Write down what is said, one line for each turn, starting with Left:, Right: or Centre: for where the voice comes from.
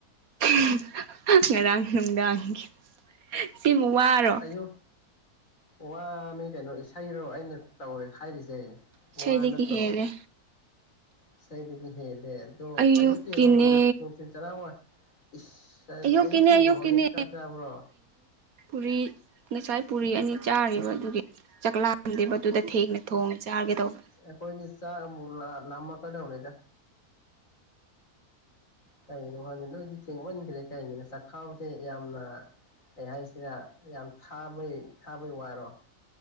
Right: <unintelligible> ꯉꯔꯥꯡ ꯅꯨꯡꯗꯥꯡꯒꯤ ꯁꯤꯕꯨ ꯋꯥꯔꯣ
Left: ꯑꯩꯌꯨꯛ ꯋꯥꯅꯤ ꯀꯩꯅꯣ ꯏꯁꯩꯔꯣ ꯑꯩꯅ ꯇꯧꯋꯦ ꯍꯥꯏꯔꯤꯁꯦ
Right: ꯏꯁꯩꯗꯒꯤ
Left: ꯋꯥ ꯅꯠꯇ꯭ꯔꯣ
Right: ꯍꯦꯜꯂꯦ
Left: ꯏꯁꯩꯗꯒꯤ ꯍꯦꯜꯂꯦ ꯑꯗꯣ
Right: ꯑꯌꯨꯛꯀꯤꯅꯦ
Left: ꯑꯌꯨꯛꯀꯤꯔꯣ ꯅꯨꯡ ꯅꯨꯡꯊꯤꯜ ꯆꯔꯥꯋꯥꯟ ꯏꯁ
Right: ꯑꯌꯨꯛꯀꯤꯅꯦ
Left: ꯑꯌꯨꯛꯀꯤꯕꯨ
Right: ꯑꯌꯨꯛꯀꯤꯅꯦ
Left: ꯍꯧꯖꯤꯛ ꯆꯥꯛꯆꯕ꯭ꯔꯣ
Right: ꯄꯨꯔꯤ ꯉꯁꯥꯢ ꯄꯨꯔꯤ ꯑꯅꯤ ꯆꯥꯔꯤꯕ ꯑꯗꯨꯒꯤ ꯆꯥꯛꯂꯥꯝꯗꯦꯕ ꯑꯗꯨꯗ ꯊꯦꯡꯅ ꯊꯣꯡꯉ ꯆꯥꯒꯦ ꯇꯧꯕ
Left: ꯑꯩꯈꯣꯢꯗꯤ ꯆꯥꯛ ꯑꯃꯨꯛ ꯂꯥ ꯂꯥꯝꯃꯛ ꯀꯥꯗꯧꯔꯦꯗ ꯀꯩꯅꯣ ꯈꯪꯗꯦ ꯅꯣꯢꯗꯤ ꯊꯦꯡꯃꯟꯈ꯭ꯔꯦ ꯀꯩꯅꯣꯅꯦ ꯆꯥꯛꯈꯥꯎꯁꯦ ꯌꯥꯝꯅ ꯀꯩ ꯍꯥꯢꯁꯤꯔ ꯌꯥꯝ ꯊꯥꯕꯩ ꯊꯥꯕꯩ ꯋꯥꯔꯣ